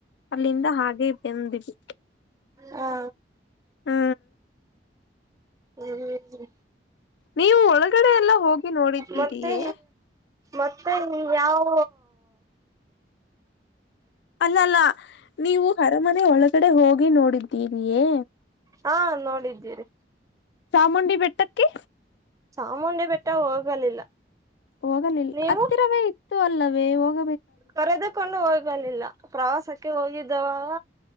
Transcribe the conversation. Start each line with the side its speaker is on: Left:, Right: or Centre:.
Left: ಅಲ್ಲಿಂದ ಹಾಗೆ ತೆಂದಿದು
Right: ಹಾ
Left: ಹ್ಮ್
Right: ಹ್ಮ್
Left: ನೀವು ಒಳಗಡೆ ಎಲ್ಲ ಹೋಗಿ ನೋಡಿದ್ದೀರಿಯೇ
Right: ಮತ್ತೆ ಮತ್ತೆ ನೀವ್ ಯಾವ
Left: ಅಲ್ಲ ಅಲ್ಲ ನೀವು ಅರಮನೆ ಒಳಗಡೆ ಹೋಗಿ ನೋಡಿದ್ದೀ ಯೇ
Right: ಹಾ ನೋಡಿದ್ದೀರಿ
Left: ಚಾಮುಂಡಿ ಬೆಟ್ಟಕ್ಕೆ
Right: ಚಾಮುಂಡಿ ಬೆಟ್ಟ ಹೋಗಲಿಲ್ಲ
Left: ಹೋಗಲಿಲ್ಲ
Right: ನೀವು
Left: ಹತ್ತಿರವೇ ಇತ್ತು ಅಲ್ಲವೇ ಹೋಗ
Right: ಕರೆದುಕೊಂಡು ಹೋಗಲಿಲ್ಲ ಪ್ರವಾಸಕ್ಕೆ ಹೋಗಿದ್ದವಾಗ